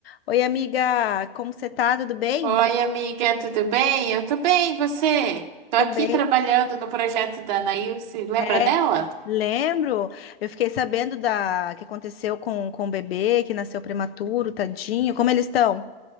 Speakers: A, on the left; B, on the right.
A: Oi, amiga, como você tá? Tudo bem?
B: Oi, amiga, tudo bem? Eu tô bem, e você? Tô
A: Tô
B: aqui
A: bem.
B: trabalhando no projeto da Anaílse, lembra
A: É,
B: dela?
A: lembro. Eu fiquei sabendo da que aconteceu com, com o bebê que nasceu prematuro, tadinho. Como eles estão?